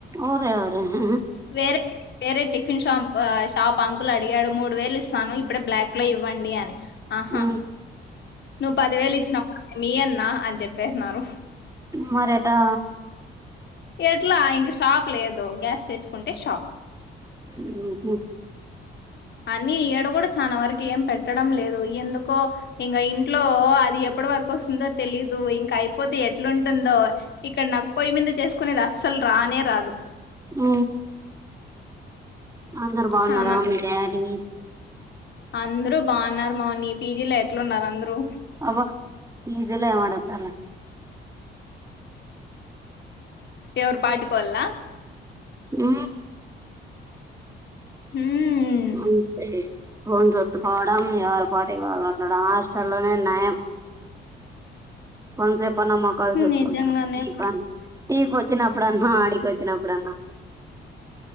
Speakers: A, on the right; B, on the left.
A: ఓరే ఓరే హ హ
B: వేరే వేరే టిఫిన్ షాంప్ షాప్ అంకులు అడిగాడు మూడు వేలు ఇస్తాను ఇప్పుడే బ్లాక్ లో ఇవ్వండి అని ఆహా
A: మ్మ్
B: నువ్వు పదివేలు ఇచ్చిన మీయన్ నా అని చెప్పేసనారు
A: మరేటా
B: ఎట్లా ఇంక షాప్ లేదు గ్యాస్ తెచ్చుకుంటే షాప్
A: హ్మ్ హు
B: అని ఈడ కూడా చనా వరకు ఏం పెట్టడం లేదు ఎందుకో ఇంక ఇంట్లో అది ఎప్పటి వరకు వస్తుందో తెలిదు ఇంక అయిపోతే ఎట్లుంటుందో ఇక్కడ నాకు పోయ్యి మీద చేసుకునే అస్ అసలు రానే రాదు
A: ఉ అందరు బాగున్నారా
B: చానా
A: మీ డాడీ
B: అందరూ బాగున్నారు మాౌని పీజీలో ఎట్లున్నారు అందరూ
A: అబ్బా ఈ పీజీలో ఏం అడుగుతావులే
B: ఎవరు పాటికోల్లా
A: ఉ
B: హ్మ్
A: అంతే భోన్ తొత్తుకోవడం ఎవరి పాటుకి వాళ్లు ఉండడం హాస్టల్లోనే నయం కొంతసేపు అన్నమ్మకాలు చేసుకుంటారా
B: నిజంగానే
A: ఈ గాలి టీకి వచ్చిన అప్పుడన్నా ఆడికి వచ్చిన అప్పుడన్నా